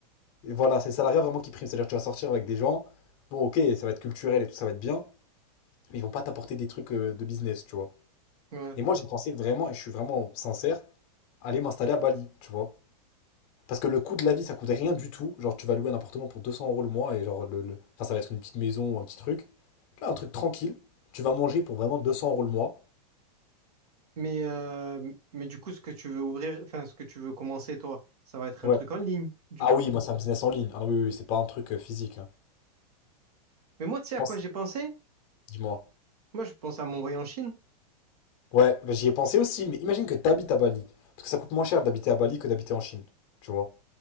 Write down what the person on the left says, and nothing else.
Et voilà, c'est le salariat vraiment qui prime. C'est-à-dire que tu vas sortir avec des gens, bon, ok, ça va être culturel et tout, ça va être bien, mais ils vont pas t'apporter des trucs euh, de business, tu vois.
Et moi, j'ai pensé vraiment, et je suis vraiment sincère, aller m'installer à Bali, tu vois. Parce que le coût de la vie, ça coûte rien du tout. Genre, tu vas louer un appartement pour 200 euros le mois, et genre, le, le- enfin, ça va être une petite maison, un petit truc. Tu vois, un truc tranquille. Tu vas manger pour vraiment 200 euros le mois.
Ouais.
Ah
oui, moi, c'est un business en ligne. Ah oui, oui, oui, c'est pas un truc euh, physique. hein.
Je
pense,
dis-moi.
Ouais, bah, j'y ai pensé aussi, mais imagine que t'habites à Bali. Parce que ça coûte moins cher d'habiter à Bali que d'habiter en Chine. Tu vois?